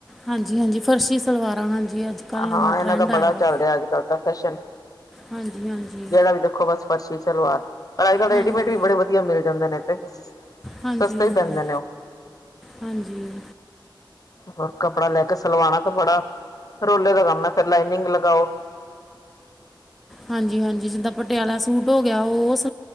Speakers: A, in the centre; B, on the left.
A: ਹਾਂਜੀ, ਹਾਂਜੀ ਫਰਸ਼ੀ ਸਲਵਾਰਾਂ, ਹਾਂਜੀ। ਅੱਜ ਕੱਲ੍ਹ ਨਵਾਂ
B: ਹਾਂ, ਇਹਨਾਂ
A: ਟਰੈਂਡ
B: ਦਾ
A: ਆਇਆ
B: ਬੜਾ
A: ਵਾ
B: ਚੱਲ ਰਿਹਾ ਅੱਜ ਕੱਲ੍ਹ ਤਾਂ ਫੈਸ਼ਨ।
A: ਹਾਂਜੀ ਹਾਂਜੀ
B: ਜਿਹੜਾ ਵੀ ਦੇਖੋ ਬਸ ਫਰਸ਼ੀ ਵਾਰ। ਪਰ ਅੱਜ ਕੱਲ ਰੈਡੀਮੇਡ
A: ਹਾਂਜੀ
B: ਵੀ ਬੜੇ ਵਧੀਆ ਮਿਲ ਜਾਂਦੇ ਨੇ ਤੇ।
A: ਹਾਂਜੀ,
B: ਸਸਤੇ
A: ਹਾਂਜੀ,
B: ਹੀ ਪੈਂਦੇ ਨੇ ਉਹ
A: ਹਾਂਜੀ।
B: ਹੋਰ, ਕੱਪੜਾ ਲੈ ਕੇ ਸਲਵਾਨਾ ਤਾਂ ਬੜਾ ਰੋਲੇ ਦਾ ਕੰਮ ਏ ਫੇਰ ਲਾਈਨਿੰਗ ਲਗਾਔ।
A: ਹਾਂਜੀ, ਹਾਂਜੀ ਜਿੱਦਾਂ ਪਟਿਆਲਾ ਸੂਟ ਹੋ ਗਿਆ। ਔ ਓਸ